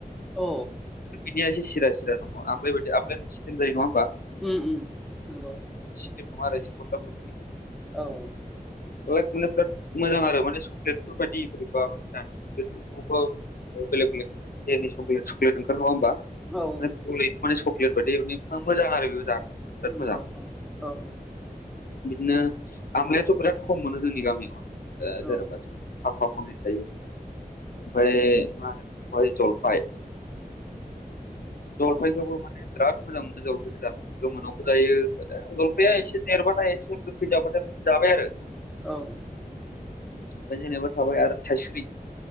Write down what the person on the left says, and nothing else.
बिनिया एसे सिरा सिरि दङ आमलायदि आमलाय एसे स्लिम जायो नङा होनोमबा?
सिदों नङा आरो एसे मोफ्ला मोफ्लि
लाइक माने बिराद मोजां आरो माने चक्लेटफोर बायदि बोरैबा जानो <unintelligible> बेलेग बेलेग ग्रेबि सक्लेट सकलेट ओंखारो नङा होमबा?
सलेथ मान सक्लेट बायदि मोजां आरो बेबो जानो बिराद
मोजां
बिदिनो आामलायाथ' बिराद खम मोनो जोंनि गामियाव। ओ
जेन'बा फांफा फांनै थायो। ओमफ्राय फाय जलफाय जलफाइखौबो
माने बिराद मोजां मोनो जलफाइखौ जानो। गोमोनावबो जायो जलफाया एसे देरबाथाय एसे गोखै जाबाथाय माने जाबाय आरो।
ओ जेनबा थाबाय आरो थाइसुरि